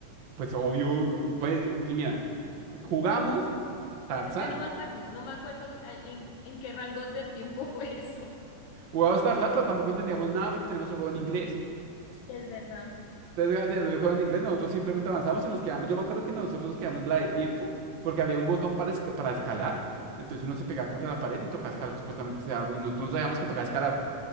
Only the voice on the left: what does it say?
Es que no me acuerdo, no me acuerdo a- en, en qué rangos de tiempo <laughs> fue eso.
Es verdad.